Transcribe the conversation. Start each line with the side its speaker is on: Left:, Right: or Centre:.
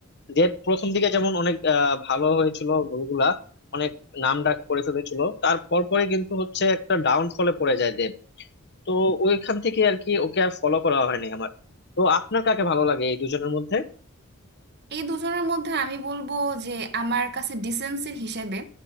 Left: দেব প্রথম দিকে যেমন অনেক আহ, ভালো হয়েছিল মুভিগুলা অনেক নাম ডাক করে ফেলেছিল তার পরপরে কিন্তু হচ্ছে একটা ডাউনফলে পড়ে যায় দেব তো ওইখান থেকে আর কি ওকে আর ফলো করা হয়নি আমার তো আপনার কাকে ভালো লাগে এই দুজনের মধ্যে
Right: এই দুজনের মধ্যে আমি বলবো যে আমার কাছে ডিসেন্সির হিসেবে